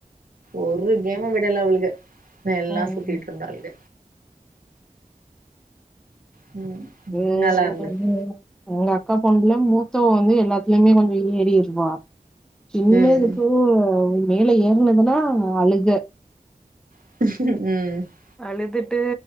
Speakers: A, on the right; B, in the centre.
A: ஒரு கேம விடலை அவளுக எல்லா
B: ம்
A: சுத்திட்டு இருந்தாளுக ம் ம்,
B: உம்
A: நல்லா இருந்துச்சு
B: உ உம் <unintelligible> எங்க அக்கா பொண்ணுல மூத்தவ வந்து எல்லாத்திலயுமே கொஞ்சோ ஏறிட்டுப் போனா சின்ன
A: ம்
B: இதுக்கு மேல ஏறுனதுதா அழுக
A: ம்
B: அழுதுட்டு